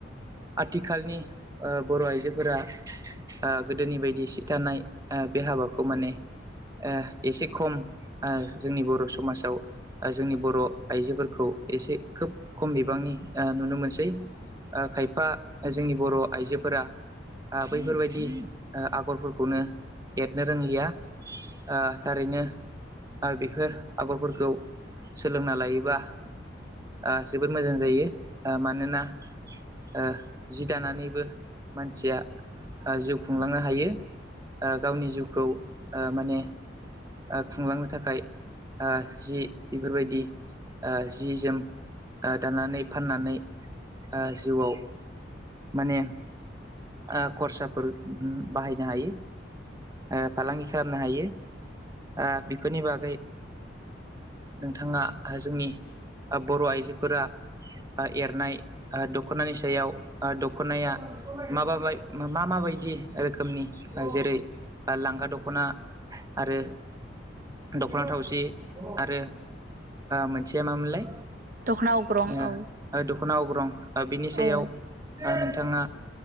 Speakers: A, on the right (about 20°); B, on the right (about 50°).
A: आथिखालनि ओ बर' आइजोफोरा ओ गोदोनि बायदि सि थानाय ओ बे हाबाखौ माने ओ एसे खम ओ जोंनि बर' समाजाव ओ जोंनि बर' आइजोफोरखौ एसे खोब खम बिबांनि ओ नुनो मोनसै। ओ खायफा जोंनि बर' आइजोफोरा आ बैफोरबायदि ओ आगरफोरखौनो एरनो रोंलिया। ओ थारैनो आ बेफोर आगरफोरखौ सोलोंना लायोबा आ जोबोद मोजां जायो। ओ मानोना ओ जि दानानैबो मानसिया ओ जिउ खुंलांनो हायो ओ गावनि जिउखौ ओ माने ओ खुंलांनो थाखाय ओ जि बेफोरबायदि ओ जि जोम ओ दानानै फाननानै ओ जिउआव माने आ खरसाफोर बाहायनो हायो। ओ फालांगि खालामनो हायो ओ बेफोरनि बागै नोंथाङा जोंनि बर' आइजोफोरा एरनाय दख'नानि सायाव दख'नाया माबा मा माबायदि रोखोमनि जेरै लांगा दख'ना आरो दख'ना थावसि आरो मोनसेया मामोनलाय?
B: दखना अग्रं
A: ओ
B: औ।
A: दखना अग्रं बिनि सायाव
B: औ
A: नोंथाङा